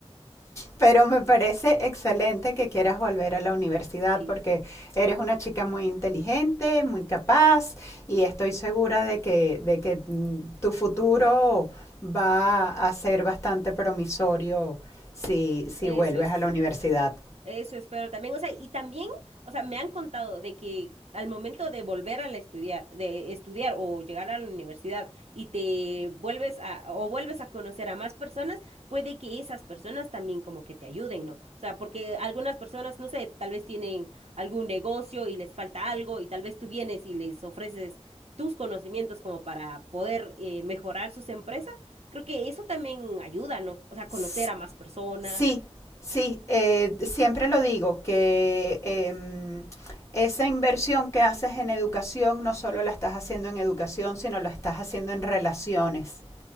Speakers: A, on the left (about 25°); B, on the right (about 75°).
A: Pero me parece excelente que quieras volver a la universidad
B: Sí,
A: porque eres una chica muy inteligente, muy capaz y estoy segura de que, de que mm, tu futuro va a ser bastante promisorio si, si
B: eso
A: vuelves
B: es,
A: a la universidad.
B: eso es, pero también, o sea, y también, o sea, me han contado de que al momento de volver a la estudiar, de estudiar o llegar a la universidad y te vuelves a, o vuelves a conocer a más personas, puede que esas personas también como que te ayuden, ¿no? O sea, porque algunas personas, no sé, tal vez tienen algún negocio y les falta algo y tal vez tú vienes y les ofreces tus conocimientos como para poder eh, mejorar sus empresas, creo que eso también ayuda, ¿no? O sea, conocer
A: S-
B: a más personas.
A: Sí, sí, eh, siempre lo digo, que em, esa inversión que haces en educación no solo la estás haciendo en educación, sino la estás haciendo en relaciones